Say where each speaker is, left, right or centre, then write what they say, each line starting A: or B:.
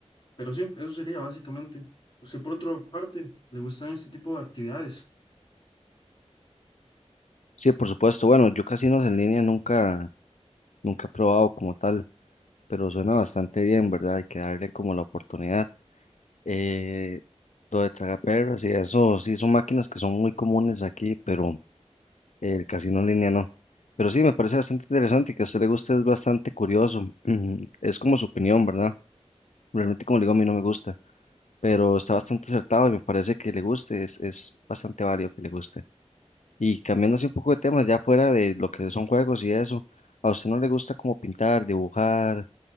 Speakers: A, on the left; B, on the left.
A: Pero sí, eso sería básicamente. Usted por otra parte, ¿le gustan este tipo de actividades?
B: Sí, por supuesto. Bueno, yo casinos en línea nunca, nunca he probado como tal, pero suena bastante bien, ¿verdad? Hay que darle como la oportunidad. Eh, lo de tragaperras y eso, sí, son máquinas que son muy comunes aquí, pero... El casino en línea no. Pero sí, me parece bastante interesante y que a usted le guste es bastante curioso. Ujú, Es como su opinión, ¿verdad? Realmente, como le digo, a mí no me gusta, pero está bastante acertado y me parece que le guste, es, es bastante válido que le guste. Y cambiando así un poco de tema, ya fuera de lo que son juegos y eso, ¿a usted no le gusta como pintar, dibujar,